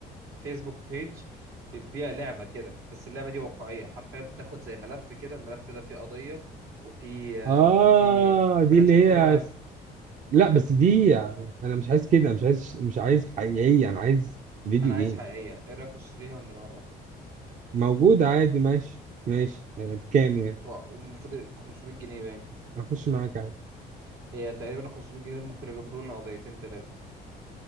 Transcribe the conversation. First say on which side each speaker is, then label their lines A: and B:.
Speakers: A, on the right; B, on the right.
A: فيسبوك بيج بتبيع لعبة كده بس اللعبة دي واقعية حرفيا بتاخد زي ملف كده الملف ده فيه قضية وفي آه،
B: اه
A: وفي حاجات
B: دي اللي
A: شبه
B: هي
A: ايه رأيك
B: لا بس دي انا مش عايز كده مش عايز مش عايز حقيقية انا عايز فيديو
A: انا عايز
B: جيم
A: حقيقية ايه رأيك اشتريها ونلعبها
B: موجود عادي ماشي ماشي يعني بكام يعني
A: و- والمفروض ب 500 جنيه باين
B: اخش معاك عادي
A: هي تقريبا 500 جنيه دول ممكن يجيبوا لنا قضيتين ثلاثة